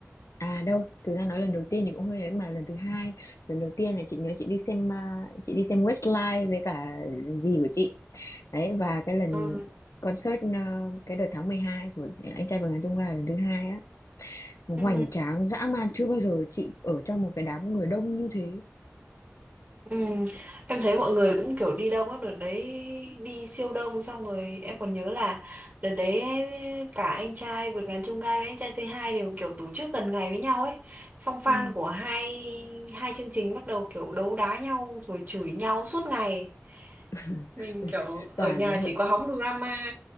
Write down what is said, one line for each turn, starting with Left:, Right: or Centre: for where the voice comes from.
Left: À đâu, thực ra nói lần đầu tiên thì cũng hơi ấy mà lần thứ hai, lần đầu tiên là chị nhớ chị đi xem à, chị đi xem Westlife với cả dì của chị. Đấy và cái lần
Right: Ừ.
Left: concert à, cái đợt tháng 12 của anh trai vượt ngàn chông gai là lần thứ hai đó. Hoành
Right: Ừ.
Left: tráng dã man chưa bao giờ chị ở trong một cái đám người đông như thế.
Right: Ừ, em thấy mọi người cũng kiểu đi đông á đợt đấy đi siêu đông xong rồi em còn nhớ là đợt đấy cả anh trai vượt ngàn chông gai với anh trai C2 đều kiểu tổ chức gần ngày với nhau ấy xong fan
Left: Ừ.
Right: của hai hai chương trình bắt đầu kiểu đấu đá nhau rồi chửi nhau suốt ngày
Left: <laughs>
Right: mình kiểu
Left: toàn
Right: ở nhà
Left: hội
Right: chỉ có hóng drama